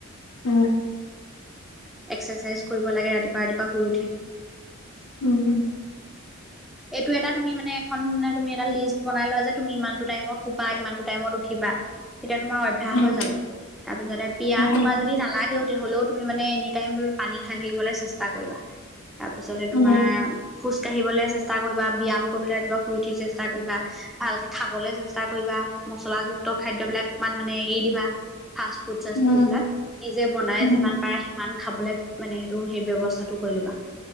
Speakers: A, on the left; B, in the centre.
A: উম
B: এক্সাৰচাইজ কৰিব লাগে ৰাতিপুৱা ৰাতিপুৱা শুই উঠি।
A: উম, হম।
B: এইটো এটা তুমি মানে এখনে তুমি এটা লিষ্ট বনাই লোৱা যে তুমি ইমান টো টাইমত শুবা ইমানটো টাইমত উঠিবা। তেতিয়া তোমাৰ অভ্যাস
A: উম।
B: হৈ যাব। তাৰ পিছতে পিয়াহ
A: উম
B: তোমাৰ যদি নালাগেও হ'লেও তুমি মানে এনি টাইমটোত তুমি পানী খাই থাকিবলৈ চেষ্টা কৰিবা। তাৰপিছতে তোমাৰ
A: উম
B: খোজ কাঢ়িবলৈ চেষ্টা কৰিবা ব্যায়াম কৰিবলৈ ৰাতিপুৱা শুই উঠি চেষ্টা কৰিবা ভালকে খাবলৈ চেষ্টা কৰিবা মচলাযুক্ত খাদ্যবিলাক ইমান মানে এৰি দিবা ফাষ্ট ফুড চাষ্ট
A: উম
B: ফুড
A: উম
B: এইবিলাক। নিজে বনাই
A: উম
B: যিমান
A: উম উম
B: পাৰে সিমান খাবলৈ মানে সেইটো সেই ব্যৱস্থাটো কৰি ল'বা।